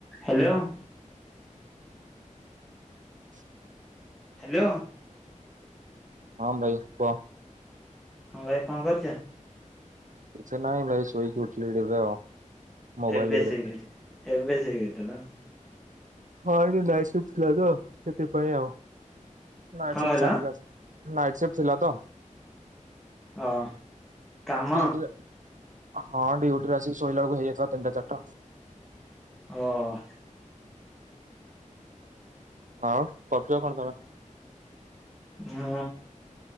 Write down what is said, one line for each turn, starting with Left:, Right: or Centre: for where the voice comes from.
Centre: Hello.
Right: <inaudible>
Centre: Hello.
Right: ହଁ ଭାଇ କୁହ?
Centre: ହଁ ଭାଇ କଣ କରିଛ?
Right: କିଛି ନାଇଁ ଭାଇ ସୋଇକି ଉଠିଲି ଏବେ ଆଉ। ମୋବାଇଲ
Centre: ଏବେ
Right: ଟିକେ ଦେଖୁଥିଲି।
Centre: ଶୋଇକି ଏବେ ସୋଇକୀ ଉଠିଲ?
Right: ହଁ ଏଠି ନାଇଟ ଶିଫ୍ଟ ଥିଲା ତ ସେଥି ପାଇଁ ଆଉ ନାଇଟ
Centre: କଣ କହିଲ
Right: ଶିଫ୍ଟ ସାରିକି ଆସିଲି। ନାଇଟ ଶିଫ୍ଟ ଥିଲା ତ
Centre: ଅ କାମ
Right: ଡୁଟିରେ। ହଁ ଡିଉଟି ରେ ଆସିକ ଶୋଇଲା ବେଳକୁ ହେଇଯାଇଥିଲା ତିନିଟ ଚାରିଟା।
Centre: ହଁ।
Right: ଆଉ କରୁଛ କଣ ତମେ?
Centre: ମୁଁ